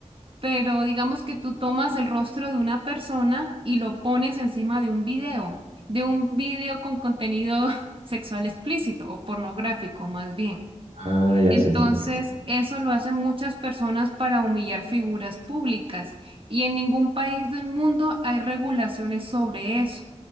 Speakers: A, on the right (about 45°); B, on the right (about 65°).
A: pero digamos que tú tomas el rostro de una persona y lo pones encima de un video, de un video con contenido <laughs> sexual explícito o pornográfico más bien.
B: Ah, ya
A: Entonces,
B: sé, sí,
A: eso lo hacen muchas personas para humillar figuras públicas y en ningún país del mundo hay regulaciones sobre eso.